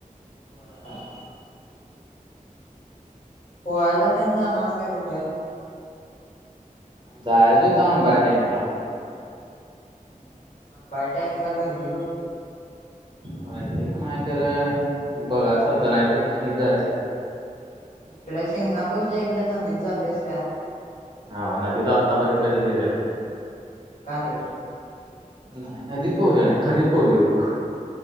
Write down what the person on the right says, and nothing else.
जायच होत आंबा टँकला
होय ते पण आहे खरं बघायचं आता नाही तर कनीच जायचं
ना नदीत आत्तापर्यंत कधी गेलेलं नाही
नाही नदीत पोवले नाही खनित पोहवलो बग